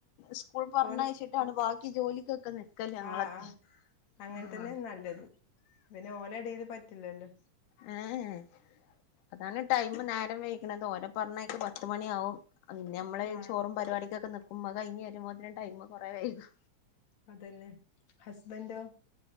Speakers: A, on the left; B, on the left.
A: സ്കൂൾ പറഞ്ഞഴച്ചിട്ടാണ്
B: ഓല്
A: ബാക്കി ജോലിക്കൊക്കെ നി ൽക്കല ഞങ്ങളൊക്കെ
B: ആ ആ അങ്ങനെ
A: ആഹ്
B: തന്നെ നല്ലത് പിന്നെ ഓലെടേൽ പറ്റില്ലല്ലോ
A: ഏഹ് ഏ അതാണ് ടൈമ് നേരം വയ്ക്ണത്. ഓരെ പറഞയച്ച പത്ത് മണിയാവും. ഇന് നമ്മള്
B: ആ
A: ചോറും പരിപാടിക്കൊ നിക്കുമ്പോ അഹ് കഴിഞ്ഞു വരുമ്പോത്തിനും ടൈം കുറേ വൈകും
B: അതന്നെ ഹസ്ബൻഡോ